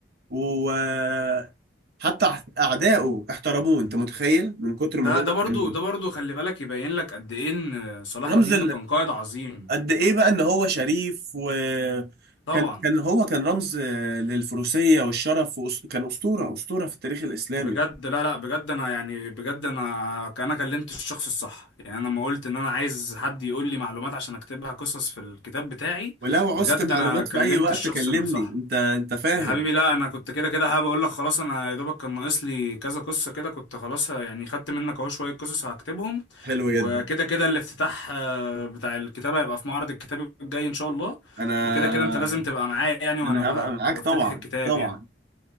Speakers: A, on the right; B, on the left.
A: وحتى اعدائه احترموه انت متخيل من كتر
B: ده
A: ما هو
B: ده برضو
A: كان
B: ده برضو خلي بالك يبين لك قد ايه ان صلاح
A: رمز
B: الدين ده كان قائد عظيم
A: قد ايه بقى ان هو شريف وكان
B: طبعا
A: كان هو كان رمز آه، للفروسية والشرف وأس- كان أسطورة أسطورة في التاريخ الإسلامي
B: بجد لا لا بجد انا يعني بجد انا انا كلمت الشخص الصح يعني انا لما قلت ان انا عايز حد يقول لي معلومات عشان اكتبها قصص في الكتاب بتاعي
A: ولو عوزت
B: بجد
A: معلومات
B: انا كلمت
A: في أي وقت
B: الشخص
A: كلمني
B: اللي صح
A: أنت أنت فاهم
B: يا حبيبي لا انا كنت كده كده هبقول لك خلاص انا يا دوبك كان ناقص لي كذا قصه كده كنت خلاص ه- يعني خدت منك اهو شويه قصص هكتبهم
A: حلو
B: وكده
A: جدا
B: كده الافتتاح آه، بتاع الكتابه هيبقى في معرض الكتاب الجاي ان شاء الله
A: أنا
B: وكده كده انت لازم تبقى معايا يعني وانا
A: أنا هبقى
B: ب-
A: معاك
B: بفتتح
A: طبعا
B: الكتاب
A: طبعا
B: يعني